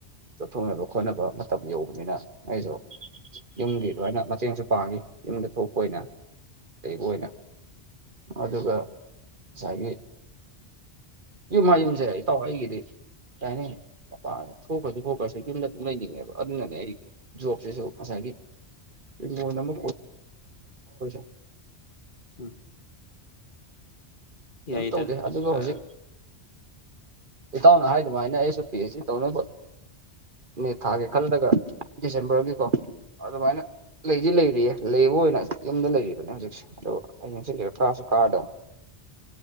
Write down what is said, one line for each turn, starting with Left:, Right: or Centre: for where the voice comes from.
Right: ꯆꯠꯊꯣꯛꯅꯕ ꯈꯣꯠꯅꯕ ꯃꯇꯝ ꯌꯧꯕꯅꯤꯅ ꯑꯩꯁꯨ ꯌꯨꯝꯒꯤ ꯂꯣꯏꯅ ꯃꯇꯦꯡꯁꯨ ꯄꯥꯡꯉꯤ ꯌꯨꯝꯗ ꯊꯣꯛꯄ ꯑꯣꯏꯅ ꯂꯩꯕ ꯑꯣꯏꯅ ꯑꯗꯨꯒ ꯉꯁꯥꯏꯒꯤ ꯌꯨꯝ ꯃꯌꯨꯝꯁꯦ ꯏꯇꯥꯎ ꯑꯩꯒꯤꯗꯤ ꯀꯥꯏ ꯍꯥꯏꯅꯤ ꯃꯄꯥꯟꯗ ꯊꯣꯛꯈ꯭ꯔꯁꯨ ꯈꯣꯈ꯭ꯔꯁꯨ ꯌꯨꯝꯗ ꯑꯗꯨꯝ ꯂꯩꯅꯤꯡꯉꯦꯕ ꯑꯗꯨꯅꯅꯦ ꯑꯩ ꯖꯣꯕꯁꯦꯁꯨ ꯉꯁꯥꯏꯒꯤ ꯍꯤꯡꯒꯣꯜ ꯑꯃ <unintelligible>
Left: ꯎꯝ ꯌꯥꯏꯗ
Right: ꯀꯩꯝ ꯇꯧꯗꯦ ꯑꯗꯨꯒ
Left: ꯑꯥ
Right: ꯍꯧꯖꯤꯛ ꯏꯇꯥꯎꯅ ꯍꯥꯏꯗꯨ ꯃꯥꯥꯏꯅ ꯑꯩꯁꯨ ꯄꯤ ꯍꯩꯁ ꯗꯤ ꯇꯧꯅꯕ ꯃꯦ ꯊꯥꯒꯤ ꯈꯜꯂꯒ ꯗꯤꯁꯦꯝꯕꯔꯒꯤꯀꯣ ꯑꯗꯨꯃꯥꯏꯅ ꯂꯩꯗꯤ ꯂꯩꯔꯤꯌꯦ ꯂꯩꯕ ꯑꯣꯏꯅ ꯌꯨꯝꯗ ꯂꯩꯔꯤꯕꯅꯦ ꯍꯧꯖꯤꯛꯁꯦ ꯑꯗꯣ ꯑꯩ ꯍꯌꯦꯡ ꯍꯪꯆꯤꯠ ꯂꯩꯔ ꯀꯔꯥꯁꯨ ꯀꯥꯗꯣ